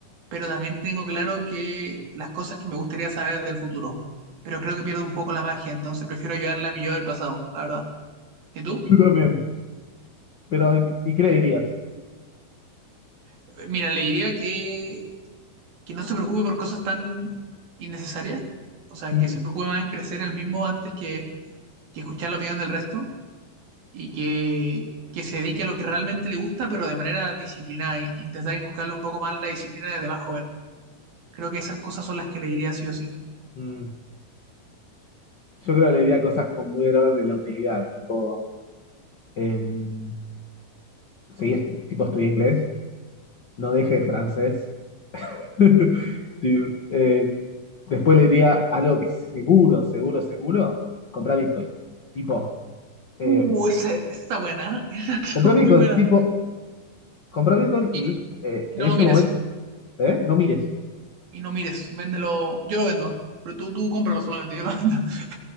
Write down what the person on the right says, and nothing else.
pero también tengo claro que las cosas que me gustaría saber del futuro. Pero creo que pierdo un poco la magia, entonces prefiero ayudarle a mi yo del pasado, la verdad. ¿Y tú?
Eh, Mira, le diría que, que no se preocupe por cosas tan innecesarias. O sea,
que se preocupe más en crecer el mismo antes que, que escuchar la opinión del resto y que, que se dedique a lo que realmente le gusta, pero de manera disciplinada. e Intentar inculcarle un poco más la disciplina desde más joven. Creo que esas cosas son las que le diría sí o sí.
Uh, esa esa está buena, ¿eh? <laughs> esa está
muy
buena.
Y
no,
y no
lo mires,
y no mires, véndelo. Yo lo vendo, pero tú, tú cómpralo solamente, yo lo vendo. <laughs>